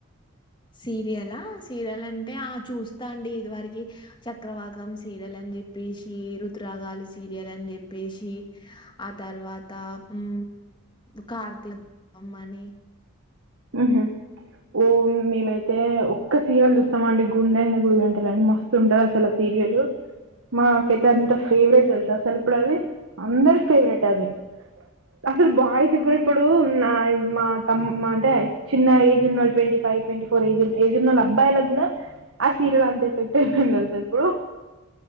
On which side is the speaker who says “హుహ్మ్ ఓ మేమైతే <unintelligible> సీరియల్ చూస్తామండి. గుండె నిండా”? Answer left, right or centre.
Right